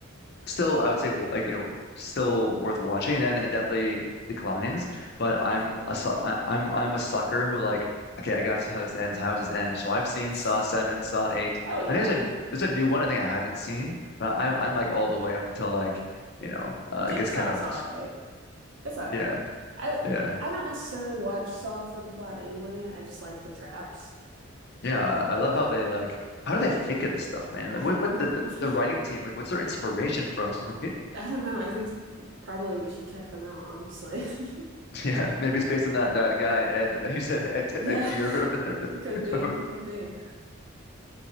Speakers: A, on the left; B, on the right.
A: still, I would say, well, like, you know, still worth watching. Then it definitely declines. But I'm
B: Definitely.
A: a, su- I, am I'm I'm a sucker who like, okay, I gotta see how this ends. How does this end? So I've seen
B: Yes.
A: Saw 7, Saw 8.
B: Oh yeah.
A: I think there's a there's a new one I think I haven't seen, but I'm I'm like all the way up until like, you know, uh,
B: Jigsaw
A: I guess kind of,
B: is all right. It's all
A: <laughs> yeah,
B: right. I
A: yeah,
B: I don't necessarily watch Saw for the plot anyway. I just like the traps.
A: yeah. I love how they like. How do they think of this stuff, man? Like,
B: I
A: what
B: know.
A: what the the the
B: <laughs>
A: writing team like? What's their inspiration from, <laughs> right?
B: I don't know. I think s- probably we should check them out, honestly. <laughs>
A: Yeah, maybe it's based on that that guy Ed. <laughs> You said Ed
B: Yeah.
A: Ed Gear
B: <laughs>
A: or whatever.
B: It could be.
A: <laughs>
B: Could be.